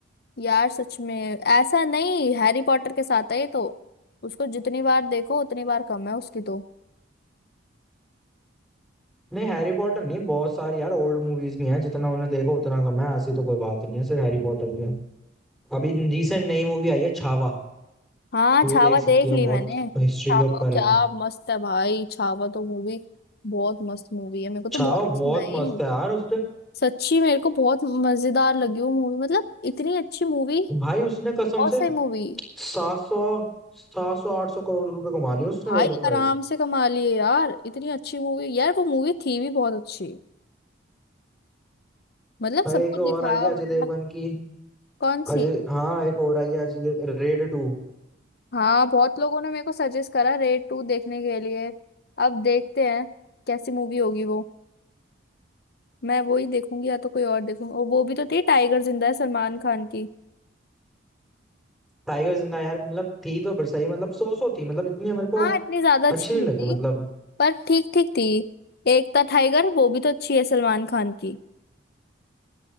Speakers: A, on the left; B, in the centre.
A: यार सच में ऐसा नहीं हैरी पॉटर के साथ है ये तो उसको जितनी बार देखो उतनी बार कम है उसकी तो
B: नहीं हैरी पॉटर नहीं बहुत सारी यार ओल्ड मूवीज भी हैं जितना उन्हें देखो उतना कम है ऐसी तो कोई बात नहीं है सिर्फ हैरी पॉटर ही है अभी रिसेंट नई मूवी आई है छावा
A: हाँ
B: तो वो
A: छावा
B: देख सकती
A: देख
B: है
A: ली
B: बहुत
A: मैंने
B: हिस्ट्री
A: छावा
B: के ऊपर
A: क्या
B: है
A: मस्त है भाई छावा तो मूवी बहुत मस्त मूवी है मेरे को तो
B: छावा
A: बहुत पसंद
B: बहुत
A: आई
B: मस्त है यार उसने
A: सच्ची मेरे को बहुत मजेदार लगी वो मूवी मतलब इतनी अच्छी मूवी
B: भाई उसने कसम
A: बहुत
B: से
A: सही मूवी
B: सात सौ सात सौ आठ सौ करोड़ रुपए कमा लिए उसने वर्ल्ड
A: आई
B: वाइड
A: आराम से कमा लिए यार इतनी अच्छी मूवी यार वो मूवी थी भी बहुत अच्छी मतलब
B: भाई
A: सब
B: एक
A: कुछ दिखाया
B: और आई है
A: हुआ
B: अजय
A: है
B: देवगन
A: यार
B: की
A: कौन
B: अजय
A: सी
B: हाँ एक और आई है Ajay Dev- Raid two
A: हाँ बहुत लोगों ने मेरे को सजेस्ट करा रेड टू देखने के लिए अब देखते हैं कैसी मूवी होगी वो मैं वो ही देखूंगी या तो कोई और देखूंगी और वो भी तो थी टाइगर जिंदा है सलमान खान की
B: Tiger Zinda Hai यार मतलब थी तो बट सही मतलब सो सो थी मतलब इतनी मेरे को
A: हाँ इतनी ज्यादा अच्छी
B: अच्छी नहीं
A: नहीं
B: लगी
A: थी
B: मतलब
A: पर ठीक ठीक थी एक था टाइगर वो भी तो अच्छी है सलमान खान की